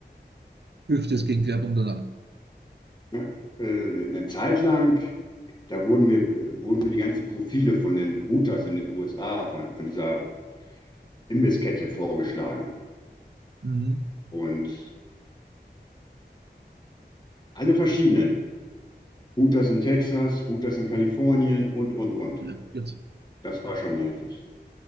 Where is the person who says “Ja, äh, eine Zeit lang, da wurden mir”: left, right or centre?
Left